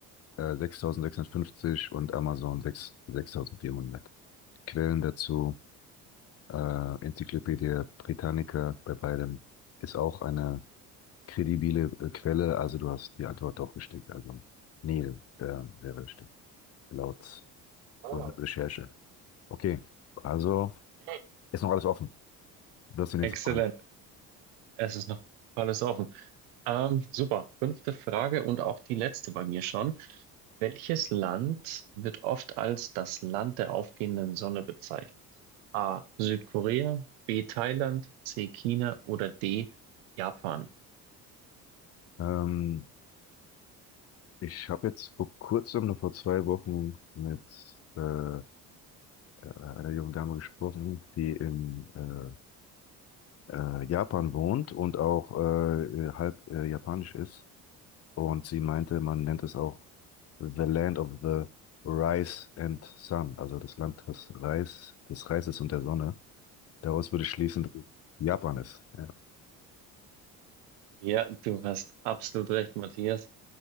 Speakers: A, on the left (about 35°); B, on the right (about 75°).
A: äh, 6650 und Amazon 6, 6400. Quellen dazu, äh, Enzyklopädie Britannica bei beidem ist auch eine kredibile äh, Quelle. Also du hast die Antwort doch richtig. Also Neil äh, wäre richtig. Laut
B: Ah,
A: und Recherche. Okay, also
B: okay.
A: ist noch alles offen. Das ist die nächste
B: Exzellent.
A: Frage.
B: Es ist noch alles offen. Ähm, super. Fünfte Frage und auch die letzte bei mir schon. Welches Land wird oft als das Land der aufgehenden Sonne bezeichnet? A. Südkorea, B. Thailand, C. China oder D. Japan?
A: Ähm, ich habe jetzt vor kurzem, nur vor zwei Wochen, mit äh, äh, einer jungen Dame gesprochen, die in äh, äh, Japan wohnt und auch äh, äh, halb äh, japanisch ist. Und sie meinte, man nennt es auch The Land of the Rice and Sun, also das Land des Reis, des Reises und der Sonne. Daraus würde ich schließen, dass es Japan ist. ja.
B: Ja, du hast absolut recht, Matthias.